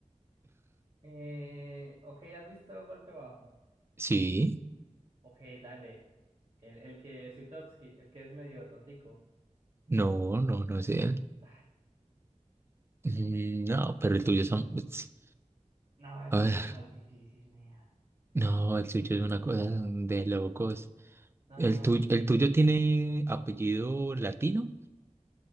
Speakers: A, on the right; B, on the right.
A: Eh, ok, ¿has visto Golpe Bajo?
B: Sí,
A: Ok, dale. El, el que Swiatowski, el que es medio tontico.
B: no, no, no es él.
A: Ay,
B: Mm, No, pero el tuyo es un- es-
A: no, el
B: A
A: tuyo
B: ver,
A: está más difícil, nea.
B: no, el tuyo es una cosa de locos.
A: No,
B: ¿El
A: no,
B: tuyo,
A: no.
B: el tuyo tiene apellido latino?